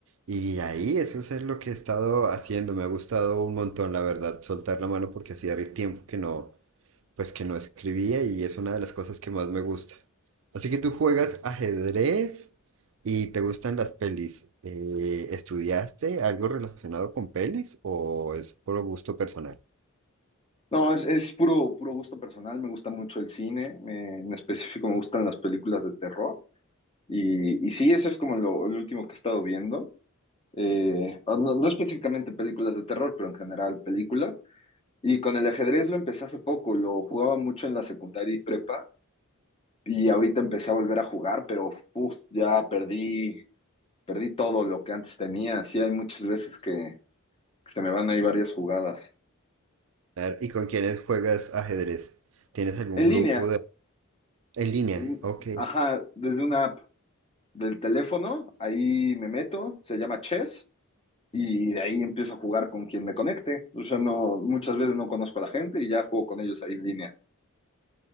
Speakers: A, on the right (about 65°); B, on the left (about 25°).
A: Y ahí, eso es lo que he estado haciendo, me ha gustado un montón, la verdad, soltar la mano porque hacía re- tiempo que no, pues que no escribía y es una de las cosas que más me gusta. Así que tú juegas ajedrez y te gustan las pelis. Eh, ¿estudiaste algo relacionado con pelis o es por gusto personal?
B: No, es, es puro, puro gusto personal, me gusta mucho el cine, me- en específico me gustan las películas de terror y, y sí, eso es como lo, lo último que he estado viendo, Eh, ah, no, no específicamente películas de terror, pero en general películas. Y con el ajedrez lo empecé hace poco, lo jugaba mucho en la secundaria y prepa y ahorita empecé a volver a jugar, pero uf, ya perdí, perdí todo lo que antes tenía, sí hay muchas veces que, que se me van ahí varias jugadas.
A: A ver, ¿Y con quiénes juegas ajedrez? ¿Tienes algún
B: En
A: grupo
B: línea,
A: de... en línea?
B: en-
A: Ok,
B: ajá, desde una app. del teléfono, ahí me meto, se llama Chess, y de ahí empiezo a jugar con quien me conecte. O sea, no, muchas veces no conozco a la gente y ya juego con ellos ahí en línea.